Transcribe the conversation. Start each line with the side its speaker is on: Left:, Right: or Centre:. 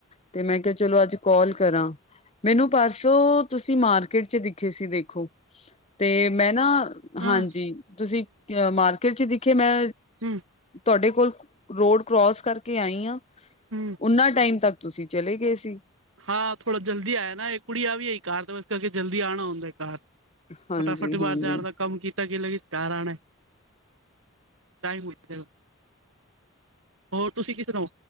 Left: ਤੇ ਮੈਂ ਕਿਆ ਚਲੋ ਅੱਜ ਕਾਲ ਕਰਾਂ ਮੈਨੂੰ ਪਾਰਸੋਂ ਤੁਸੀਂ ਮਾਰਕੀਟ ਚ ਦਿਖੇ ਸੀ, ਦੇਖੋ! ਤੇ ਮੈਂ ਨਾ-ਹਾਂਜੀ,
Right: ਹਾਂ
Left: ਤੁਸੀਂ ਅ--ਮਾਰਕੀਟ ਚ ਦਿਖੇ, ਮੈਂ
Right: ਹਮ।
Left: ਤੁਆਡੇ ਕੋਲ ਰੋਡ ਕਰੋਸ ਕਰਕੇ ਆਈ ਆ,
Right: ਹੂੰ
Left: ਓਨਾਂ ਟਾਈਮ ਤੱਕ ਤੁਸੀਂ ਚਲੇ ਗਏ ਸੀ।
Right: ਹਾਂ, ਥੋੜਾ ਜਲਦੀ ਆਇਆ ਨਾ, ਇੱਕ ਕੁੜੀਆ ਵੀ ਕਾਰ ਤਾਂ ਇਸ ਕਰਕੇ ਜਲਦੀ ਆਉਣਾ ਹੁੰਦਾ ਕਾਰ
Left: ਹਾਂਜੀ-ਹਾਂਜੀ
Right: ਫਟਾਫਟ ਬਾਹਾਰ ਜਾਣ ਦਾ ਕੰਮ ਕੀਤਾ ਕੀ ਲ ਕਰਣਾ ਟਾਈ <unintelligible> ਹੋਰ ਤੁਸੀਂ ਕਿਦਰ ਓ?